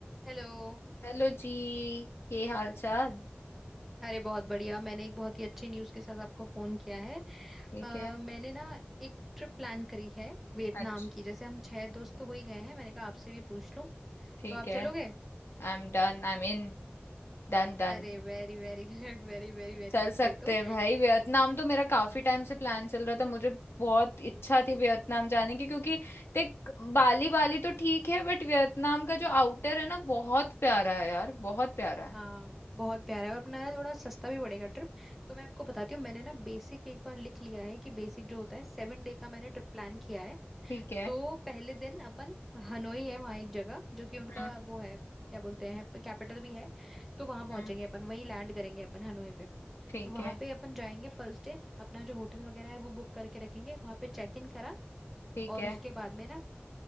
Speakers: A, in the centre; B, on the left.
A: Hello
B: Hello जी ये हाल चाल
A: अरे बहुत बढ़िया मैंने एक बहुत ही अच्छी न्यूज़ के साथ आपको फ़ोन किया है
B: ठीक
A: अ,
B: है
A: मैंने ना एक ट्रिप प्लान करी है वियतनाम
B: अच्छा
A: की जैसे हम छह दोस्त तो हो ही गए हैं मैंने कहा आपसे भी पूछ लूं
B: ठीक
A: तो आप
B: है
A: चलोगे
B: I am done I am in Done done
A: अरे very very good very very very
B: चल
A: good
B: सकते
A: फिर तो
B: हैं भाई वियतनाम तो मेरा काफी टाइम से प्लान चल रहा था मुझे बहुत इच्छा थी वियतनाम
A: हम्म
B: जाने की क्योंकि देख बाली बाली तो ठीक है बट वियतनाम का जो आउटर है ना बहुत प्यारा है यार बहुत प्यारा है
A: हाँ बहुत प्यारा है और अपना यार थोड़ा सस्ता भी पड़ेगा ट्रिप तो मैं आपको बताती हूँ मैंने ना बेसिक एक बार लिख लिया है कि बेसिक जो होता है सेवन डे का मैंने ट्रिप प्लान किया है
B: ठीक है
A: तो पहले दिन अपन हनोई है वहाँ एक जगह जो कि उनका
B: हम्म
A: वो है क्या बोलते हैं कैपिटल भी है तो वहां पहुंचेंगे
B: हम्म
A: अपन वहीं लैंड करेंगे अपन हनोई पे
B: ठीक
A: तो वहां
B: है
A: पे अपन जाएंगे फर्स्ट डे अपना जो होटल वगैरह है वो बुक करके रखेंगे वहां पे चेक इन करा
B: ठीक
A: और
B: है
A: उसके बाद में ना